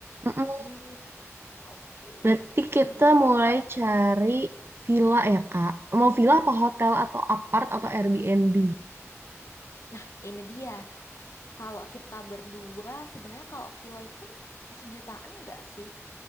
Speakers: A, on the right; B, on the left.
A: mm-mm.
B: Hmm, oke.
A: Berarti kita
B: Ini dua
A: mulai
B: delapan.
A: cari villa ya Kak. Mau villa apa hotel atau apart atau Airbnb?
B: Nah, ini dia. Kalau kita berdua sebenarnya kalau villa itu kan sejutaan nggak sih?